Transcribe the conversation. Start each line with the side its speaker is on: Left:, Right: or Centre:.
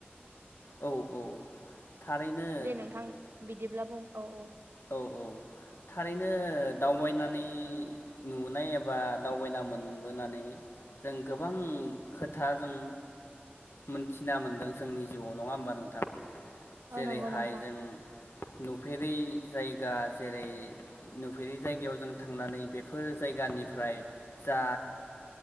Left: औ औ थारैनो
Right: दे नोंथां बिदिब्ला बुं औ औ
Left: औ औ थारैनो दावबायनानै नुनाय एबा दावबायना मोनबोनानै जों गोबां खोथा जों मोनथिना मोनदों जोंनि जिउआव नङा होमबा नोंथां जेरैहाय
Right: औ नंगौ नोंथां
Left: जों नुफेरै जायगा जेरै नुफेरि जायगायाव जों थांनानै बेफोर जायगानिफ्राय जा